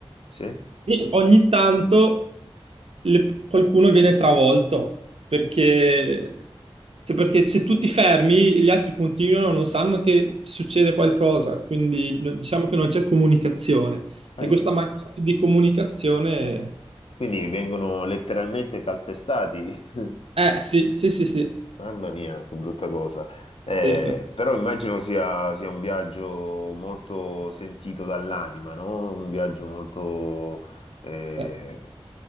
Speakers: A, on the left; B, on the right.
A: Sì?
B: e ogni tanto le- qualcuno viene travolto, perché, cioè, perché se tu ti fermi, gli altri continuano, non sanno che succede qualcosa, quindi no- diciamo che non c'è comunicazione. E
A: Ahia.
B: questa mancanza di comunicazione,
A: Quindi vengono letteralmente calpestati. <laughs>
B: eh, sì, sì, sì, sì,
A: Mamma mia, che brutta cosa. Eh,
B: sì,
A: però immagino sia, sia un viaggio molto sentito dall'anima, no? Un viaggio molto eh,
B: eh,